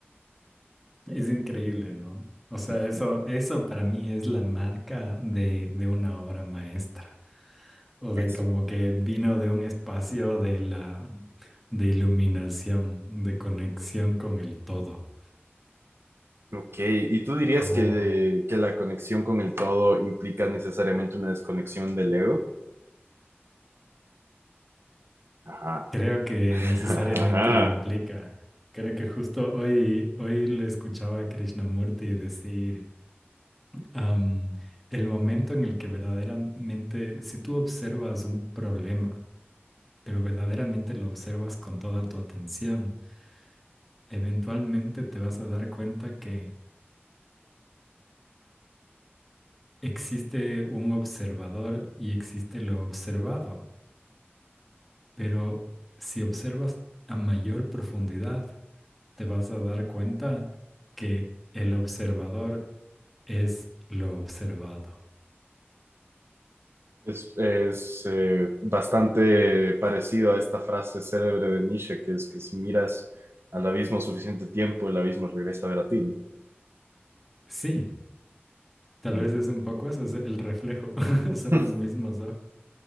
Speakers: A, in the centre; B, on the right (about 70°).
A: es increíble, ¿no? O sea,
B: <laughs>
A: eso, eso para mí es la marca de, de una obra maestra. O
B: Ujú,
A: de como que vino de un espacio de la, de iluminación, de conexión con el todo.
B: Ok, ¿y tú dirías
A: Como
B: que, que la conexión con el todo implica necesariamente una desconexión del ego? Ajá.
A: creo que
B: <laughs>
A: necesariamente
B: Ajá.
A: lo implica. Creo que justo hoy, hoy le escuchaba a Krishnamurti decir. Am, el momento en el que verdaderamente, si tú observas un problema, pero verdaderamente lo observas con toda tu atención, eventualmente te vas a dar cuenta que existe un observador y existe lo observado. Pero si observas a mayor profundidad, te vas a dar cuenta que el observador es lo observado.
B: Es, es, eh, bastante parecido a esta frase célebre de Nietzsche, que es que si miras al abismo suficiente tiempo, el abismo regresa a ver a ti, ¿no?
A: Sí, tal
B: Y-
A: vez es un poco eso, es el reflejo, <laughs> son
B: <laughs>
A: los mismos ojos.